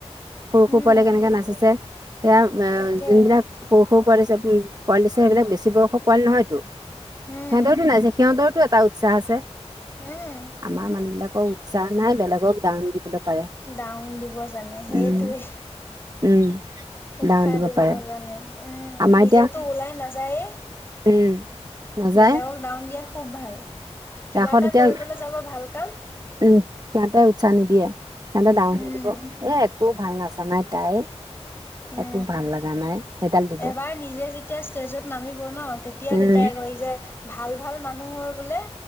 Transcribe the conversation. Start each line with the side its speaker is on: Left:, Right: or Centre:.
Right: সৰু সৰু
Left: উম,
Right: পোৱালি কেনেকে নাচিছে সেয়া যোনবিলাক
Left: তাকেহে।
Right: সৰু সৰু। পোৱ দিছে উম পোৱাল দিছে সেইবিলাক বেছি বয়সৰ পোৱালি নহয়তো সিহঁত
Left: উম,
Right: দৰটো নাই যে সিহঁ দৰো। এটা উৎসাহ আছে
Left: উম,
Right: আমাৰ মানুহ বিলাকৰ উৎসাহ নাই বেলেগক দাউন দিবলৈ। পাৰে
Left: দাউন দিব জানে সেইটোৱে।
Right: উম উম
Left: উৎসাহ
Right: ডাউন
Left: দিব
Right: পাৰে
Left: নাজানে উম
Right: আমাৰ
Left: নিজেতো
Right: এতিয়া
Left: ওলাই নাযায়ে।
Right: উম। নাযায়
Left: বেলেগক দাউন দিয়া খুব ভাল। কিবা
Right: ৰাসত
Left: এটা
Right: এতিয়া
Left: কৰিবলৈ যাব ভাল কাম।
Right: উম সিহঁতে উৎসাহ নিদিয়ে সিহঁতে ডাঙৰন
Left: উম,
Right: দিব এ একো ভাল নাচানাই তাই।
Left: উম
Right: একো ভাল লগা নাই সেইডাল দিব।
Left: এবাৰ নিজে যেতিয়া ষ্টেজত নামিব ন তেতিয়া। এতিয়া
Right: উম,
Left: দেতাই কয় যে ভাল ভাল মানুহৰ বোলে।